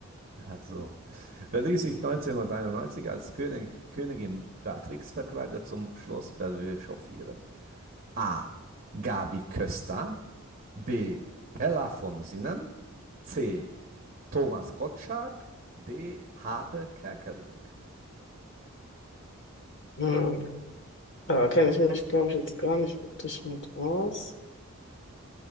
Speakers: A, on the right (about 40°); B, on the left (about 55°).
A: Also, wer ließ sich 1991 als König, Königin Beatrix verkleidet zum Schloss Bellevue chauffieren? A. Gabi Köster, B. Hella von Sinnen, C. Thomas Gottschalk, D. Hape Kerkeling.
B: Hm. Da kenne ich mich, glaube ich, jetzt gar nicht wirklich mit aus.